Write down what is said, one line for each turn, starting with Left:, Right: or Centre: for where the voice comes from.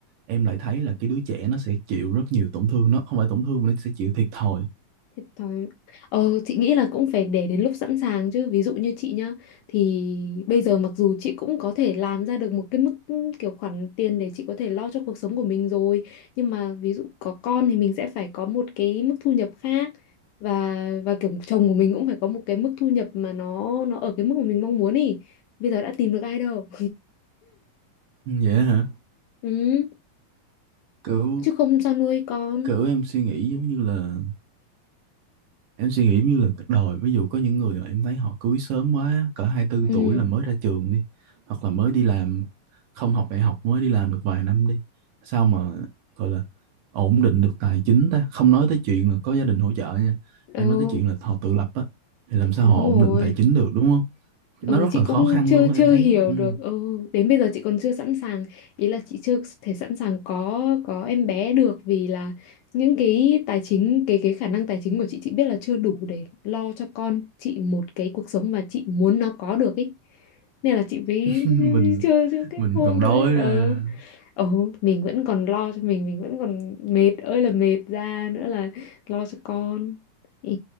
Right: em lại thấy là cái đứa trẻ nó sẽ chịu rất nhiều tổn thương nó không phải tổn thương mà nó sẽ chịu thiệt thòi
Left: Thiệt thòi. Ờ, chị nghĩ là cũng phải để đến lúc sẵn sàng chứ ví dụ như chị nhá thì bây giờ mặc dù chị cũng có thể làm ra được một cái mức ừ, kiểu khoản tiền để chị có thể lo cho cuộc sống của mình rồi nhưng mà ví dụ có con thì mình sẽ phải có một cái mức thu nhập khác và và kiểu chồng của mình cũng phải có một cái mức thu nhập mà nó nó ở cái mức mà mình mong muốn ý bây giờ đã tìm được ai đâu
Right: Ừ, vậy hả
Left: ừ,
Right: kiểu
Left: chứ không sao nuôi con
Right: kiểu em suy nghĩ giống như là Em suy nghĩ như là cả đời ví dụ có những người mà em thấy họ cưới sớm quá cỡ 24
Left: ừ,
Right: tuổi là mới ra trường đi hoặc là mới đi làm không học đại học mới đi làm được vài năm đi sao mà gọi là ổn định được tài chính ta không nói tới chuyện là có gia đình hỗ trợ nha
Left: ừ
Right: em nói tới chuyện là họ tự lập á thì làm sao
Left: đúng
Right: họ ổn
Left: rồi
Right: định tài chính được đúng không
Left: Ừ,
Right: nó rất
Left: chị
Right: là
Left: cũng
Right: khó khăn
Left: chưa
Right: luôn á,
Left: chưa
Right: em thấy
Left: hiểu
Right: á. ừ.
Left: được ừ, đến bây giờ chị còn chưa sẵn sàng ý là chị chưa thể sẵn sàng có có em bé được vì là những cái tài chính cái cái khả năng tài chính của chị chị biết là chưa đủ để lo cho con chị một cái cuộc sống mà chị muốn nó có được ý nên là chị mới
Right: <laughs> mình
Left: chưa chưa kết
Right: mình
Left: hôn
Right: còn
Left: được
Right: đói
Left: ấy ờ
Right: ra
Left: ừ mình vẫn còn lo cho mình mình vẫn còn mệt ơi là mệt ra nữa là lo cho con ừ.